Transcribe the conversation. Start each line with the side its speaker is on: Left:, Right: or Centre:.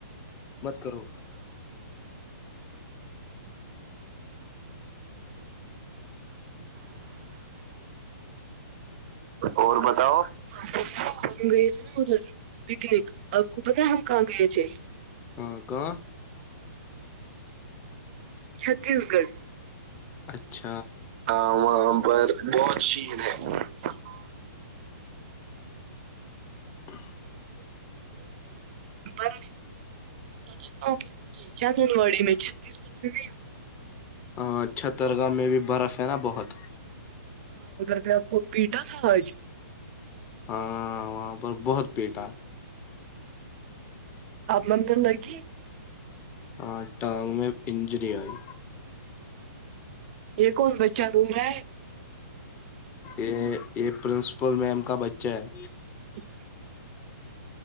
Left: مت کرو گا
Right: اور بتاؤ ہم گئے تھے نا ادھر پکنک آپ کو بت ہم کہاں گئے تھے
Left: ہاں کہ
Right: چھتیس گڑھ
Left: اچھا
Right: ہاں وہاں پر بہت شیر ہے ہاں
Left: ا
Right: برس پوپر ہوتی چندن واڑی میں چھتیس گڑھ میں
Left: ا چھترگاہ میں بھی برف ہے نا بہت
Right: ہاں ادر پیٹا سہج
Left: ہاں وہاں پر بہت پیٹا
Right: آپ منتر لگی
Left: آاں ٹاام میں اننجری آئی
Right: یہ کون بچہ رو رہا ہے
Left: کہ یہ پرنسپل میم کا بچہ ہے
Right: ھ